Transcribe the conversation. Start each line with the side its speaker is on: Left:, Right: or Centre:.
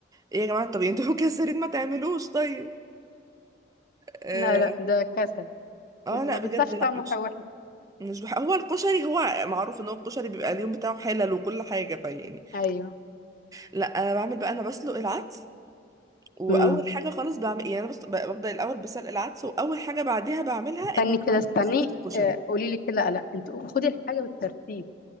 Right: ايه يا جماعه طب انتوا <laughs> مكسرين ما تعملوش طيب اه
Left: لا لا ده كسل
Right: آه،
Left: كل
Right: لا
Left: ما بيطلعش
Right: بجد لا
Left: طعمه
Right: مش
Left: وحش
Right: مش بح... هو الكشري هو معروف ان هو الكشري بيبقى اليوم بتاعه حلل وكل حاجه فيعني
Left: ايوه
Right: لا انا بعمل بقى انا بسلق العدس واول
Left: امم
Right: حاجه خالص بعمل يعني انا بص... ب- ببدا الاول بسلق العدس واول حاجه بعديها بعملها
Left: استني
Right: ان انا
Left: كده
Right: بعمل
Left: استني
Right: بصلايه الكشري
Left: آه، قولي لي كده لا انت خدي الحاجه بالترتيب